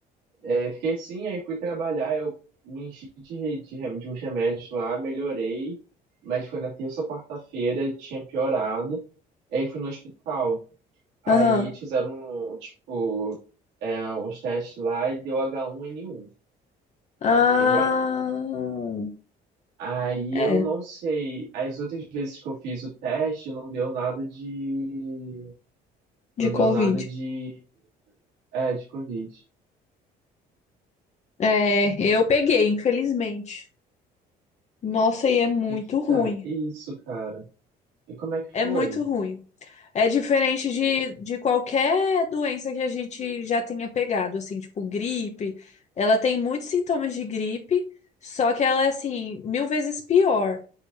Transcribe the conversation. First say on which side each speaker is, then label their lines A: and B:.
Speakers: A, on the right; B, on the left.
A: é, fiquei assim, aí fui trabalhar, eu me enchi de, re- de, rem- de uns remédios lá, melhorei, mas foi na terça ou quarta-feira, tinha piorado. Aí fui no hospital. Aí
B: Aham.
A: eles fizeram, tipo, é, uns testes lá e deu h 1 n um.
B: Ah,
A: Aí eu fiquei, ué. Aí
B: é,
A: eu não sei. As outras vezes que eu fiz o teste, não deu nada de. Não
B: de Covid.
A: deu nada de. É, de Covid.
B: É, eu peguei, infelizmente. Nossa, e é muito
A: Eita,
B: ruim.
A: que isso, cara? E como é que
B: É
A: foi?
B: muito ruim. É diferente de, de qualquer doença que a gente já tenha pegado, assim, tipo gripe. Ela tem muitos sintomas de gripe, só que ela é, assim, mil vezes pior.